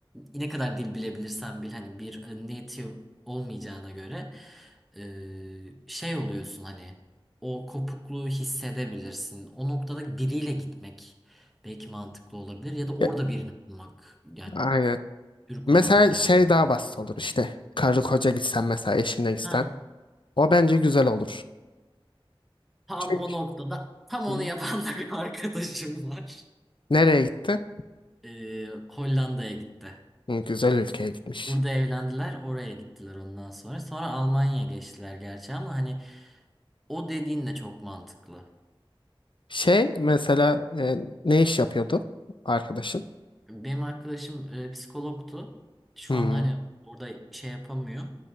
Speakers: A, in the centre; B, on the left.
A: ne kadar dil bilebilirsen bil hani bir e, native olmayacağına göre e, şey oluyorsun hani o kopukluğu hissedebilirsin. O noktada biriyle gitmek belki mantıklı olabilir ya da orada
B: Ya,
A: birini bulmak yani
B: Aynen.
A: Türk
B: Mesela
A: olan birini
B: şey
A: bulmak
B: daha
A: zorundayım.
B: basit olur işte. Karı koca gitsen mesela eşinle gitsen.
A: Ha,
B: O bence güzel olur.
A: tam
B: Çünkü
A: o noktada tam
B: Hı
A: onu
B: hı.
A: yapan da bir arkadaşım var.
B: nereye gitti?
A: Ee, Hollanda'ya gitti.
B: Hı, güzel ülkeye gitmiş.
A: Burada evlendiler, oraya gittiler ondan sonra. Sonra Almanya'ya geçtiler gerçi ama hani o dediğin de çok mantıklı.
B: Şey mesela e, ne iş yapıyordu arkadaşın?
A: Benim arkadaşım e, psikologtu. Şu
B: Hı,
A: anda hani orada şey yapamıyor.